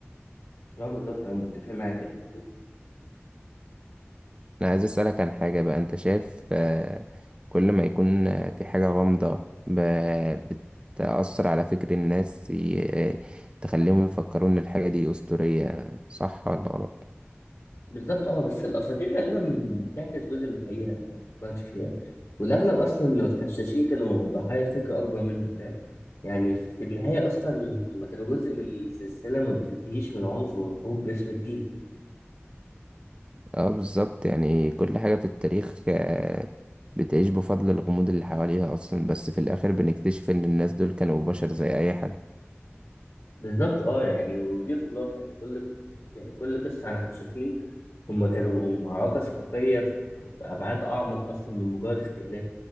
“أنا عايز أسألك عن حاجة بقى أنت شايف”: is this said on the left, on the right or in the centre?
Right